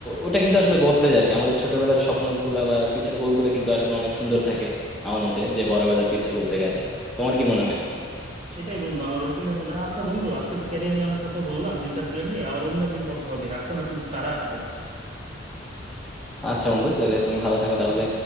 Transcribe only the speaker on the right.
সেটাই বন্ধু আমার ওরকমই মনে হয় আচ্ছা বন্ধু আজকে তো ক্যারিয়ার নিয়ে অনেক কথা বললাম ফিউচার প্ল্যান নিয়ে আবার অন্য একদিন কথা হবে আজকে আমার একটু তাড়া আছে